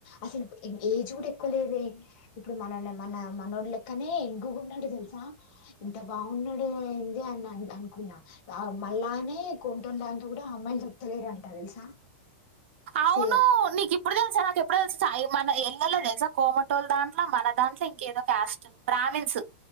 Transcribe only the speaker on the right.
అవును
నీకిప్ ఇప్పుడు తెలుసా నాకు ఎప్పుడో తెలుస సాయి మన ఇళ్లలో తెలుసా కోమటోలు దాంట్లో మన దాంట్లో ఇంకేదో క్యాస్ట్ బ్రాహ్మిన్స్